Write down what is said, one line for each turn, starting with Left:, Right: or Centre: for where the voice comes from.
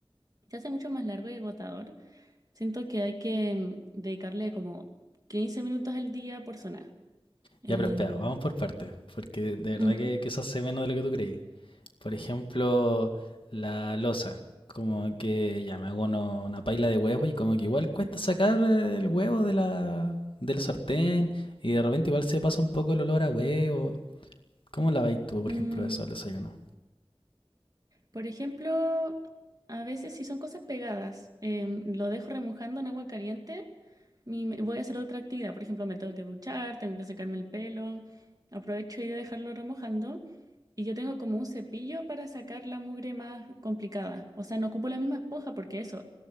Right: Se hace mucho más largo y agotador. Siento que hay que mm, dedicarle como 15 minutos al día por zona. Em,
Left: Ya, pero espera, vamos por partes, porque de
Right: ujú.
Left: verdad que, que eso hace menos de lo que tú creí. Por ejemplo, la losa, como que ya me hago uno- una paila de huevos y como que igual cuesta sacar el huevo de la, del sartén y de repente igual se pasa un poco el olor a huevo. ¿Cómo la vais tú, por
Right: Mm,
Left: ejemplo, eso al desayuno?
Right: Por ejemplo, a veces si son cosas pegadas, em, lo dejo remojando en agua caliente, mi- me- voy a hacer otra actividad. Por ejemplo, me tengo que duchar, tengo que secarme el pelo, aprovecho ahí de dejarlo remojando. Y yo tengo como un cepillo para sacar la mugre más complicada. O sea, no ocupo la misma esponja porque eso,